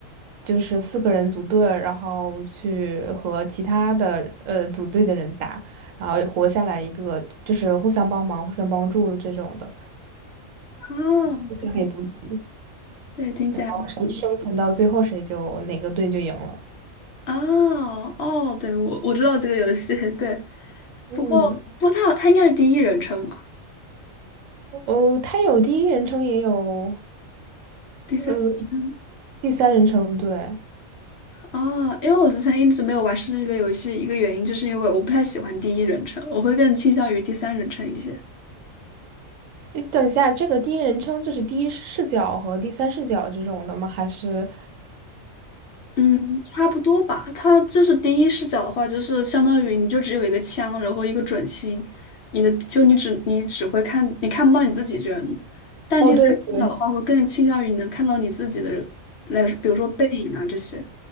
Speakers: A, on the right; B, on the left.
A: 就是四个人组队，然后去和其他的呃组队的人打，然后活下来一个，就是互相帮忙、互相帮助这种的，
B: 啊，
A: 互相可以补给，
B: 对
A: 然
B: 对，听起来还蛮有意思。
A: 后谁生存到最后，谁就哪个队就赢了。
B: 哦哦，对，我我知道这个游戏，<laughs> 对，
A: 嗯。
B: 不过不过它它应该是第一人称吧，
A: 哦，它有第一人称，也有
B: 第三人称。
A: 呃第三人称。对，
B: 哦，因为我之前一直没有玩射击类游戏，一个原因就是因为我不太喜欢第一人称，我会更倾向于第三人称一些。
A: 诶等一下，这个第一人称就是第一视角和第三视角这种的吗？还是？
B: 嗯，差不多吧。它就是第一视角的话，就是相当于你就只有一个枪，然后一个准心，你的就你只你只会看，你看不到你自己人。但第三视角的话，
A: 哦，对对对，
B: 会更倾向于你能看到你自己的人，来，比如说背影啊这些。